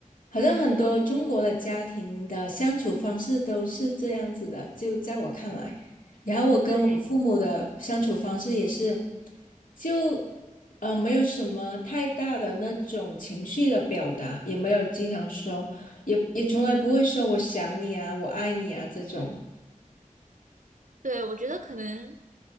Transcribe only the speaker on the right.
对，
对，我觉得可能